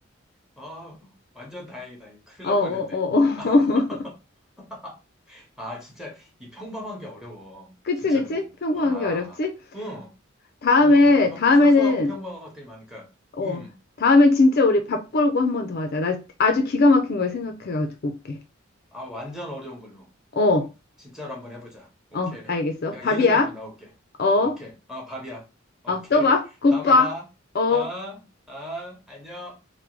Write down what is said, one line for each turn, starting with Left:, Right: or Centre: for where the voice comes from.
Centre: 아, 완전 다행이다. 큰일
Left: 어,
Centre: 날
Left: 어,
Centre: 뻔했네.
Left: 어, 어. <laughs>
Centre: <laughs> 아, 진짜 이 평범한 게 어려워.
Left: 그치,
Centre: 진짜로.
Left: 그치? 평범한
Centre: 와.
Left: 게 어렵지?
Centre: 응.
Left: 다음에,
Centre: 응. 평범
Left: 다음에는,
Centre: 사소하고 평범한 것들이 많으니까.
Left: 어,
Centre: 응.
Left: 다음엔 진짜 우리 밥 걸고 한 번 더 하자. 나 아주 기가 막힌 걸 생각해가지고 올게.
Centre: 아, 완전 어려운 걸로.
Left: 어.
Centre: 어, 진짜로 한번 해보자. 오케이.
Left: 어, 알겠어.
Centre: 내가
Left: 밥이야.
Centre: 이를 갈고 나올게.
Left: 어, 어,
Centre: 오케이. 아, 밥이야. 오케이.
Left: 또 봐. 굿밥.
Centre: 다음에 봐.
Left: 어.
Centre: 아, 아, 안녕.